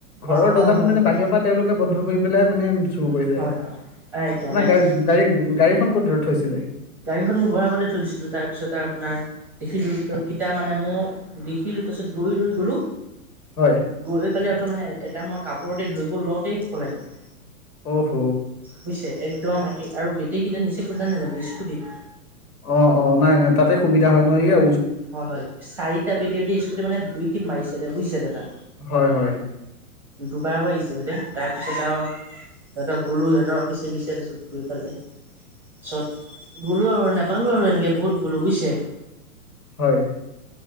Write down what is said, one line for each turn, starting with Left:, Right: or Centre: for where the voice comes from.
Centre: বা
Left: ঘৰৰ
Centre: হয়
Left: দৰ্জাখন
Centre: হয়
Left: মানে
Centre: হয়
Left: বাহিৰৰ পৰা তেওঁলোকে বন্ধ কৰি পেলাই মানে উম চুৰ কৰিছে
Centre: হয় হয় একদম
Left: আপোনাৰ
Centre: একদম
Left: গা গাড়ী গাড়ী খন দূৰত থৈছিলে।
Centre: গাড়ীখন মোৰ ঘৰ আগতে থৈ দিছিলো তাৰপিছত আৰু আপোনাৰ দেখিলো খোজ গিতা মানে মানে মই দেখিলোঁ তাৰপিছত দৌৰি দৌৰি গ'লোঁ
Left: হয়
Centre: গৈ পেলাই ত মানে এটা মই কাপোৰতে ধুইব লওঁতেই পলাই গ'ল।
Left: অহ হ।
Centre: বুজিছে একদম একেই আৰু বেটাৰীকেইটা নিচেখুলব নাজানে। সুদীপ
Left: অ অ নাই নাই তাতে সুবিধা হয় ন। ‌এইয়া
Centre: হয় হয় চাৰিটা বেটিয়ে দি স্কুটি মানে দুই টিপ মাৰিছে বুজিছে দাদা।
Left: হয় হয়
Centre: দুবাৰকৈ আহিছে সিহঁতে তাৰ পিছত আৰু সিহঁতক গ'লো সিহঁতৰ পিছে পিছে তাৰপছত গৈ পালে তাৰপিছত গলো আৰু নাপালো আৰু এনেকে বহুত গলোঁ বুজিছে।
Left: হয়